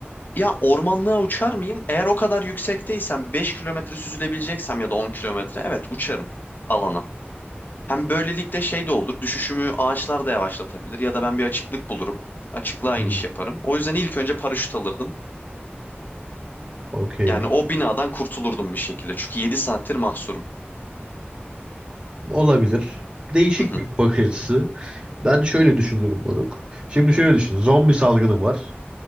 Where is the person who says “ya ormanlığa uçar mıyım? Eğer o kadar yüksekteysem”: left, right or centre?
Left